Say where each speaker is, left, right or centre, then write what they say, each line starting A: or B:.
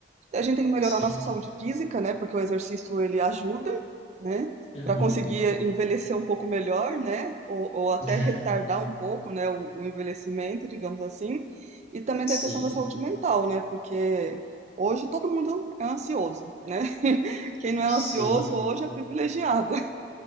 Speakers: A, on the right (about 40°); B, on the left (about 35°).
A: A gente tem que melhorar
B: Sim.
A: a nossa saúde física, né? Porque o exercício ele ajuda, né?
B: Uhum.
A: Para conseguir envelhecer um pouco melhor, né? Ou, ou até
B: <laughs>
A: retardar um pouco, né? O, o envelhecimento, digamos assim. E também
B: Sim.
A: tem a questão da saúde mental, né? Porque hoje todo mundo é ansioso, né? <laughs> Quem não
B: Sim.
A: é ansioso hoje é privilegiado.